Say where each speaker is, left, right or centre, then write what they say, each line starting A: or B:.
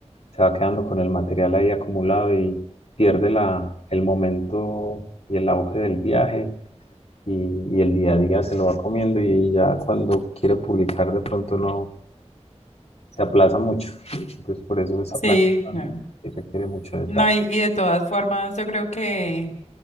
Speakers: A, on the left; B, on the left.
A: se va quedando con el material ahí acumulado y pierde la, el momento y el auge del viaje y, y el día
B: Sí,
A: a día se lo va comiendo y ya cuando quiere publicar de pronto no se aplaza mucho. Entonces por eso esa
B: Sí,
A: planeación
B: claro.
A: que requiere mucho detalle.
B: No, y, y de todas formas, yo creo que